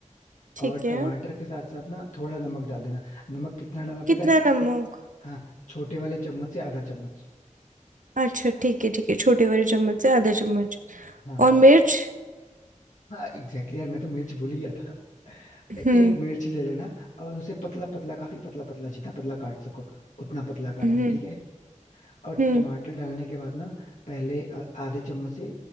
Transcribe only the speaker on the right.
ठीक
है
कितना
नमक
अच्छा ठीक है ठीक है छोटे वाले चम्मच से आधा चम्मच
और मिर्च
हम्म
हम्म
हम्म